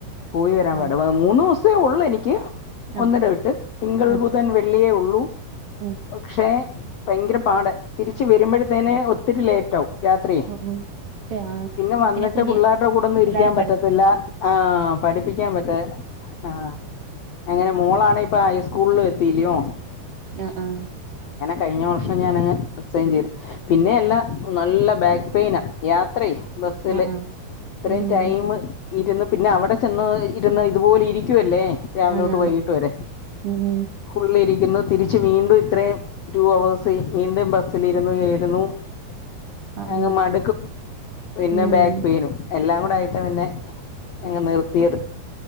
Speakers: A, on the left; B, on the right.
A: പോയി വരാൻ
B: ഉം
A: പാ ട മൂന്നൂസേ ഒള്ളു എനിക്ക്
B: ആഹ്
A: ഒന്നിട വിട്ട് തിങ്കൾ
B: ആഹ്
A: ബുധൻ വെള്ളിയേ ഒള്ളൂ
B: ഉം
A: പക്ഷെ ഭയ്ങ്കര പാട തിരിച്ച് വരുമ്പഴ്ത്തേന് ഒത്തിരി ലേറ്റാവും രാത്രിയെ
B: ഉം ഉം ആഹ്
A: പിന്നെ വന്നിട്ട്
B: കുഞ്ഞ്
A: പുള്ളാര്ട കൂടൊന്നും
B: പിള്ളേരെ
A: ഇരിക്കാൻ
B: പഠി
A: പറ്റത്തില്ല ആ പഠിപ്പിക്കാൻ പറ്റ് ത്ത് ആഹ് അങ്ങനെ മോളാണേ ഇപ്പ ഹൈസ്കൂൾലും എത്തീലിയോ
B: ആഹ് ആഹ്
A: കഴിഞ്ഞ വർഷം ഞനങ് റിസൈൻ ചെയ്തു പിന്നെ എല്ല നല്ല ബാക്ക് പെയിനാ യാത് ത്രേ ബസ്സില്
B: ആഹ് ആഹ്
A: ഇത്രയും
B: ഉം
A: ടൈം ഇരുന്ന് പിന്നെ അവിടെ ചെന്ന് ഇരുന്ന് ഇതുപോലെ ഇരിക്കുവല്ലേ രാവിലൊട്ട്
B: ആന്നാന്ന്
A: വൈകിട്ട് വരെ
B: ഉം
A: ഫുള്ള് ഇരി ക്കുന്നു തിരിച്ച് വീണ്ടും ഇത്രേം ടു അവേഴ്സേ വീണ്ടും ബസ്സലിരുന്നുവരുന്നു
B: ആഹ്
A: അങ്
B: ആഹ്
A: മടുക്കും പിന്നെ
B: ഉം
A: ബാക്ക് പെയിനും എല്ലാം കൂടെ ആയിട്ട് പിന്നെ അങ്ങ് നിർത്തിയത്